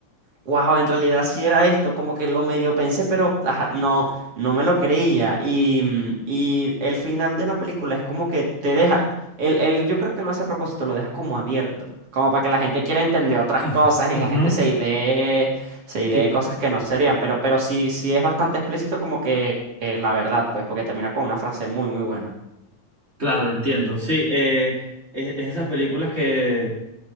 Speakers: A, on the right (about 50°); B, on the right (about 20°).
A: Wow, en realidad sí era esto, como que lo medio pensé, pero ajá, no, no me lo creía. Y, mm, y el final de la película es como que te deja, él, él yo creo que lo hace a propósito, lo deja como abierto, como para que la gente quiera entender otras
B: <laughs>
A: cosas y la
B: Ujú.
A: gente se idee, se idee
B: ¿Qué,
A: cosas que no serían, pero, pero sí, sí es bastante explícito como que eh, la verdad, pues, porque termina con una frase muy, muy buena.
B: Claro, entiendo. Sí, eh, es, es esas películas que